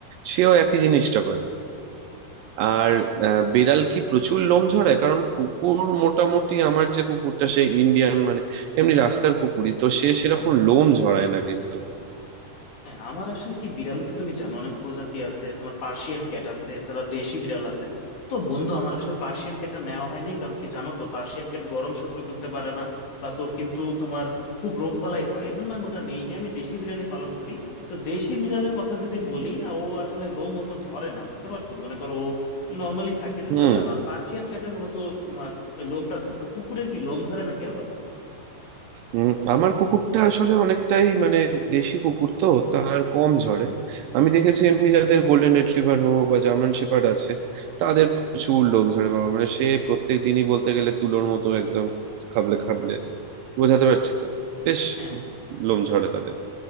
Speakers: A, on the right (about 75°); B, on the left (about 55°).
A: সেও একই জিনিসটা করে আর আহ, বেড়াল কি প্রচুর লোম ঝরায় কারণ কুকুর মোটামুটি আমার যে কুকুরটা সে ইন্ডিয়ান মানে এমনি রাস্তার কুকুরই তো সে সেরকম লোম ঝরায় না কিন্তু
B: হ্যাঁ আমার আসলে কি বিড়ালে তো তুমি জানো অনেক প্রজাতি আছে তোমার পার্সিয়ান ক্যাট আছে এছাড়া দেশি বিড়াল আছে তো বন্ধু আমার আসলে পার্সিয়ান ক্যাটটা নেওয়া হয় নাই কারণ কি জানো তো পার্সিয়ান ক্যাট গরম সহ্য করতে পারে না প্লাস ওর কিন্তু তোমার খুব রোগ বালাই হয় এই জন্য আমি ওটা নেই নি। আমি দেশি বিড়ালই পালন করি তো দেশি বিড়ালের কথা যদি বলি আ, ও আসলে লোম অত ঝরে না বুঝতে পারছো মনে করো ও নর্মালি থাকে তুমি
A: হুম
B: তো জানো আর পার্সিয়ান ক্যাটের মূলত তোমার ওই লোমটা ঝরে তো কুকুরের কি লোম ঝরে নাকি আবার
A: উম, আমার কুকুরটা আসলে অনেকটাই মানে দেশি কুকুর তো তার কম ঝরে আমি দেখেছি এমনি যাদের গোল্ডেন রিট্রিভার হোক বা জার্মান শেপার্ড আছে তাদের প্রচুর লোম ঝরে বাবা মানে সে প্রত্যেক দিনই বলতে গেলে তুলোর মতো একদম খাবলে খাবলে বোঝাতে পারছি তো বেশ
B: হ্যাঁ
A: লোম ঝরে তাদের